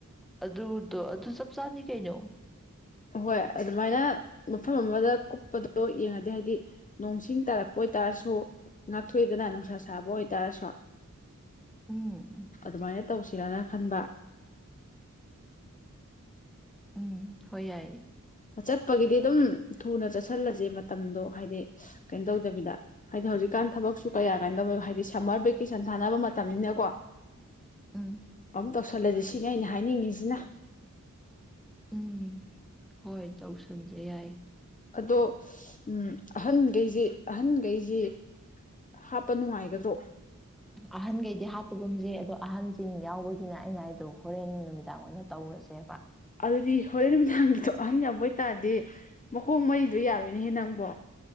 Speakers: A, in the centre; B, on the left.
A: ꯑꯗꯨ ꯑꯗꯨ ꯆꯞ ꯆꯥꯅꯤ ꯀꯩꯩꯅꯣ
B: ꯑꯣꯏ ꯑꯗꯨꯃꯥꯏꯅ ꯃꯐꯝ ꯑꯃꯗ ꯀꯨꯞꯄꯗꯣ ꯌꯦꯡꯉꯗꯤ ꯍꯥꯏꯕꯗꯤ ꯅꯣꯡꯁꯤꯡ ꯇꯥꯔꯛꯄ ꯑꯣꯏꯇꯥꯔꯁꯨ ꯉꯥꯛꯊꯣꯛꯏꯗꯅ ꯅꯨꯡꯁꯥ ꯁꯥꯕ ꯑꯣꯏꯇꯥꯔꯁꯨ
A: ꯎꯝ ꯎꯝ
B: ꯑꯗꯨꯃꯥꯏꯅ ꯇꯧꯁꯤꯔꯅ ꯈꯟꯕ
A: ꯎꯝ ꯍ ꯌꯥꯏ
B: ꯆꯠꯄꯒꯤꯗꯤ ꯑꯗꯨꯝ ꯊꯨꯅ ꯆꯠꯁꯤꯜꯂꯁꯦ ꯃꯇꯝꯗꯣ ꯍꯥꯏꯗꯤ ꯀꯩꯅꯣ ꯇꯧꯗꯕꯤꯗ ꯍꯥꯏꯗꯤ ꯍꯧꯖꯤꯛꯀꯥꯟ ꯊꯕꯛꯁꯨ ꯀꯌꯥ ꯀꯥꯏꯣ ꯇꯧꯋꯕ ꯍꯥꯏꯗꯤ ꯁꯝꯃꯔ ꯚꯦꯀꯦꯁꯟ ꯊꯥꯅꯕ ꯃꯇꯝꯅꯤꯅꯀꯣ
A: ꯎꯝ
B: ꯑꯃ ꯇꯁꯂꯦ ꯁꯤ ꯁꯤꯅꯦ ꯑꯩꯅ ꯍꯥꯏꯅꯤꯡꯉꯤꯁꯤꯅ
A: ꯎꯝ ꯍꯣꯏ ꯆꯧꯁ ꯊꯝꯖ ꯌꯥꯏ
B: ꯑꯗꯣ ꯎ ꯑꯍꯟꯈꯩꯁꯤꯦ ꯑꯍꯟꯈꯩꯁꯤ ꯍꯥꯞꯄ ꯅꯨꯡꯉꯥꯏꯒꯗ꯭ꯔꯣ
A: ꯑꯍꯟꯈꯩꯗꯤ ꯍꯥꯞꯄꯒꯨꯝꯁꯦ ꯑꯗꯣ ꯑꯍꯟꯁꯤꯡ ꯌꯥꯎꯕꯒꯤꯅ ꯑꯩꯅ ꯍꯥꯏꯗꯣ ꯍꯣꯔꯦꯟ ꯅꯨꯃꯤꯗꯥꯡ ꯑꯣꯏꯅ ꯇꯧꯔꯁꯦꯕ
B: ꯑꯗꯨꯗꯤ ꯍꯣꯔꯦꯟ ꯅꯨꯃꯤꯗꯥꯡꯒꯤꯗꯣ ꯑꯍꯟ ꯌꯥꯎꯕ ꯑꯣꯏꯇꯥꯔꯗꯤ ꯃꯈꯣꯡ ꯃꯩꯗꯣ ꯌꯥꯔꯣꯏꯅꯦꯍꯦ ꯅꯪꯕꯣ